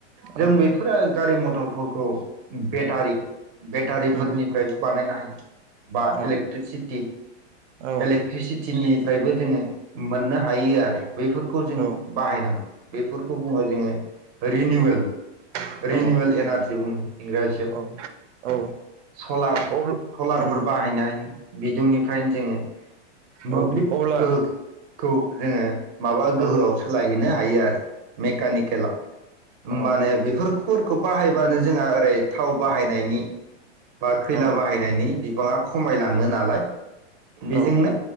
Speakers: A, on the right; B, on the right.
A: औ
B: जों बेफोरो गारि म गथ'फोरखौ बेटारि बेटारिफोरनिफ्रायबो
A: उम
B: बानायनाय बा
A: औ
B: इलेक्ट्रिसिटि
A: औ
B: इलेक्ट्रिसिटिनिफ्रायबो जोङो मोननो हायो आरो। बेफोरखौ जोङो
A: औ
B: बाहायनांगौ बेफोर खौ बुङो जोङो रिनिवेल
A: औ
B: रिनिवेल इनारजि बुङो। इंराजियाव
A: औ औ
B: सलार
A: अब्ला
B: सलारफोर
A: उम
B: बाहायनो हायो। बिदुंनि कारेनजों मोब्लिब
A: औ अब्ला
B: गोहो खौ जोङो माबा
A: औ
B: गोहोआव सोलायहोनो हायो आरो। मेकानिकेलाव होमबानो
A: औ
B: बेफोर फोरखौ बाहायबानो जोंहा ओरै थाव बाहायनायनि बा खैला
A: औ
B: बाहायनायनि गोबाङा खमायलाङो नालाय बेजोंनो
A: औ औ